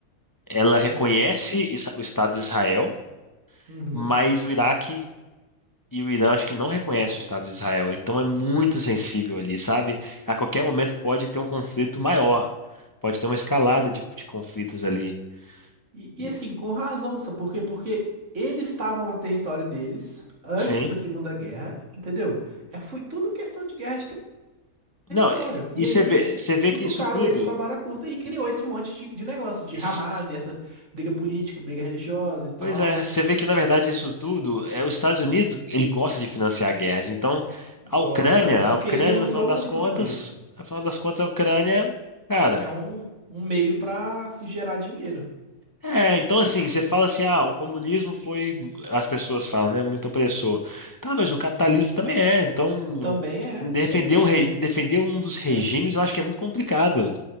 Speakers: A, on the left; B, on the right.
A: ela reconhece
B: hum,
A: Isra- o Estado de Israel,
B: uhum.
A: mas o Iraque E o Irã acho que não reconhece o Estado de Israel, então é muito sensível ali, sabe? A qualquer momento pode ter um conflito maior, pode ter uma escalada de, de conflitos ali.
B: E, e
A: E-
B: assim, com razão, sabe por quê? Porque eles estavam no território deles antes
A: sim.
B: da Segunda Guerra, entendeu? É, foi tudo questão de guerra de ter- território.
A: Não, é-
B: E
A: e
B: aí.
A: você vê, você vê
B: Cutucaram
A: que isso tudo.
B: eles com a vara curta e criou esse monte de, de negócio, de
A: se-
B: Hamas e essa briga política, briga religiosa e tal.
A: Pois é, você vê que na verdade isso tudo é os Estados Unidos, ele gosta de financiar guerras. Então,
B: Gosta,
A: a Ucrânia,
B: porque
A: a Ucrânia
B: ele lucrou
A: no final das
B: muito
A: contas,
B: com isso.
A: no final das contas a Ucrânia, cara.
B: É um, um meio pra se gerar dinheiro.
A: É, então assim, você fala assim, ah, o comunismo foi, as pessoas falam, né, muito opressor. Tá, mas o capitalismo também é, então
B: Também é,
A: defender
B: também
A: um, re- defender um dos regimes
B: é.
A: eu acho que é muito complicado.